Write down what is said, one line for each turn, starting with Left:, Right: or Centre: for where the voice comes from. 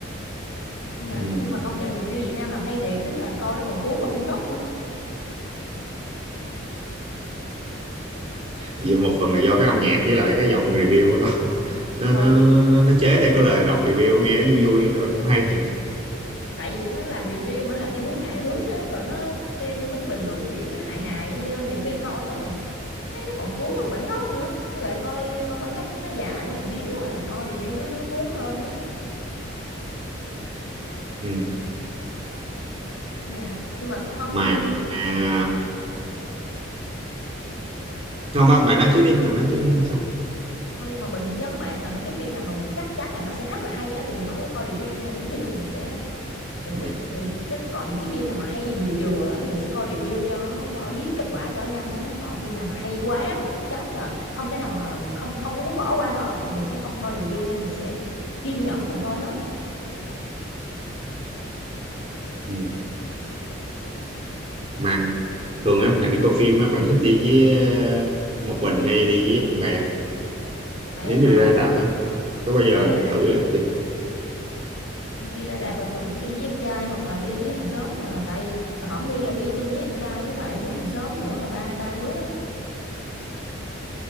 Left: Nhưng mà
Right: ừ
Left: nhưng mà công nhận review Việt Nam làm hay thiệt, tức là coi nó còn cuốn vào phim gốc nữa.
Right: Vì một phần là do cái âm nhạc với lại cái giọng review đó đâu <laughs> nó
Left: Ừ,
Right: nó nó, nó nó chế theo cái lời đọc review nghe nó vui vui và cũng hay thiệt
Left: tại vì nó làm review mà nó làm theo hướng hài hước á rồi nó theo vô mấy cái bình luận kiểu như nó hài hài á cho nên nhiều khi coi nó còn thấy nó còn cuốn hơn bản gốc nữa với lại coi coi bản gốc thấy nó dài quá là biến quá à. coi review nó nó cuốn hơn á
Right: ừ
Left: nhưng mà nhưng mà cũng không
Right: mà
Left: nhưng mà
Right: à,
Left: hả?
Right: không á, bạn nói trước đi bạn nói trước đi không sao
Left: không nhưng mà mình cũng giống bạn là mấy cái phim nào mà mình chắc chắn là nó sẽ rất là hay á thì mình không có coi review nha kiểu như là mình sẽ mình
Right: ừ
Left: sẽ mình nó còn những cái phim nào mà hay vừa vừa á, thì mình sẽ coi review cho nó- cho biết kết quả cho nhanh á còn phim nào mà hay quá mà chắc chắn là không thể nào mà không không có muốn bỏ qua nó thì mình sẽ không coi review nha mình sẽ kiên nhẫn mình coi hết
Right: ừ mà thường á bạn đi coi phim á bạn thích đi với ờ, một mình hay đi với bạn bè
Left: tại
Right: nếu mình
Left: hồi hổng
Right: ra rạp á có bao giờ
Left: tại
Right: mình thử đi
Left: đi ra rạp là thường chỉ đi với em trai hoặc là đi với hàng xóm à, tại hồi hổng đi là đi chung với em trai với lại đứa hàng xóm nữa là ba ba đứa đó